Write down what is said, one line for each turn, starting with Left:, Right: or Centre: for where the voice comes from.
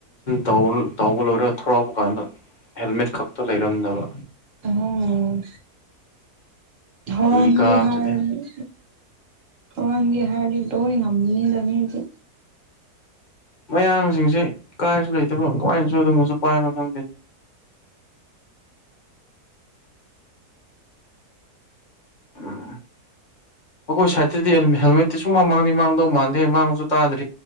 Left: ꯇꯥꯎꯧꯕ ꯂꯣꯏꯔꯒ ꯊꯧꯔꯥꯎꯄ ꯀꯥꯟꯗ ꯍꯦꯜꯃꯦꯠ ꯈꯛꯇ ꯂꯩꯔꯝꯗꯕ
Right: ꯑꯣ ꯍꯔꯦ
Left: ꯏ ꯀꯥꯕꯁꯤꯅꯦ
Right: ꯍꯥꯏꯔ ꯄꯒꯤ ꯍꯥꯏꯗꯣ ꯉꯝꯅꯤꯗꯅꯤꯗꯤ
Left: ꯃꯌꯥꯡꯁꯤꯡꯁꯤ ꯀꯥꯏꯁꯨ ꯂꯩꯇꯕ ꯀꯃꯥꯏꯅꯁꯨ ꯑꯗꯨꯒꯕꯁꯨ ꯄꯥꯏꯕ ꯈꯪꯗꯦꯅꯤ ꯑ ꯑꯩꯈꯣꯏ ꯁꯥꯏꯠꯇꯗꯤ ꯍꯦꯜꯃꯦꯠꯇꯤ ꯁꯨꯡ ꯃꯥꯡꯅꯤ ꯃꯥꯡꯗꯧ ꯃꯥꯟꯗꯦ ꯃꯥꯡꯉꯁꯨ ꯇꯥꯗ꯭ꯔꯦ